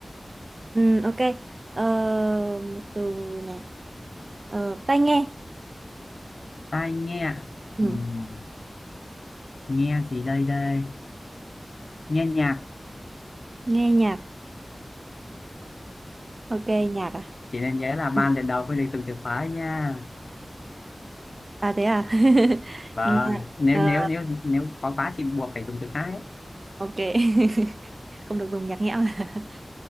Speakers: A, on the right; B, on the left.
A: ừ, ok ờ, một từ này ờ, tai nghe
B: Tai nghe.
A: ừ.
B: Ừm, Nghe gì đây đây? Nghe nhạc
A: nghe nhạc ok nhạc à
B: chị nên nhớ là ban
A: Ừ.
B: lần đầu phải được dùng từ khóa nha
A: à thế à <laughs>
B: vâng
A: nhạc
B: nếu
A: ờ,
B: nếu nếu nếu khó quá chị buộc phải dùng từ khác ấy.
A: ok <laughs> không được dùng nhạc nhẽo <laughs>